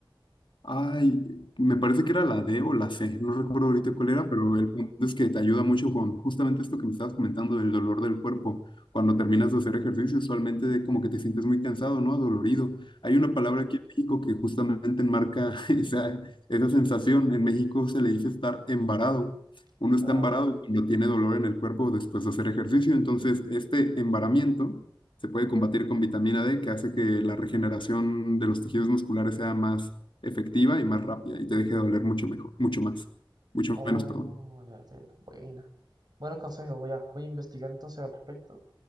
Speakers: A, on the left; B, on the right.
A: Ay, me parece que era la D o la C, no recuerdo ahorita cuál era, pero el punto es que te ayuda mucho con justamente esto que me estabas comentando del dolor del cuerpo. Cuando terminas de hacer ejercicio, usualmente de como que te sientes muy cansado, ¿no? Dolorido. Hay
B: ujú,
A: una palabra aquí en México que justamente enmarca <laughs> esa, esa sensación. En México se le dice estar embarado.
B: es
A: Uno está embarado cuando tiene dolor en el cuerpo después de hacer ejercicio. Entonces, este embaramiento se puede combatir con vitamina D, que hace que la regeneración de los tejidos musculares sea más efectiva y más rápida y te deje de doler mucho mejor, mucho más, mucho
B: Oh,
A: menos, perdón.
B: ya entiendo. Buena. Buenos consejos, voy a, voy a investigar entonces al respecto.